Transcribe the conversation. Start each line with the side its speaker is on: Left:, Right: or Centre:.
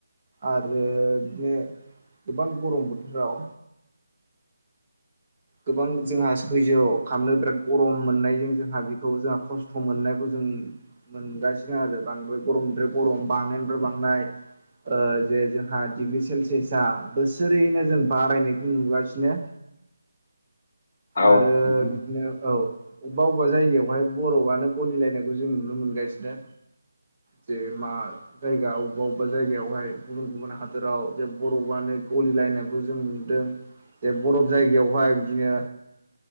Right: आरो बिदिनो गोबां गरम बोथोराव गोबां जोंहा सैज खालामनो बिराद गरम मोननायजों जोंहा बेखौ जोंहा खस्थ' मोननायखौ जों मोनगासिनो आरो बांद्राय गरमनिफ्राय गरम बांनायनिफ्राय बांनाय जे जोंहा डिग्रि सेलसियासा बोसोरैनो जों बारायनायखौ नुगासिनो
Left: <inaudible> औ
Right: आरो
Left: नोंथां
Right: बिदिनो औ अबेबा अबेबा जायगायावहाय बर'आनो गलिलायनायखौ जों नुनो मोनगासिनो जे मा जायगा अबेबा अबेबा जायगायावहाय गुबुन गुबुन हादोराव जे बर'आनो गलिलायनायखौ जों नुदों जे बरफ जायगायावहाय बिदिनो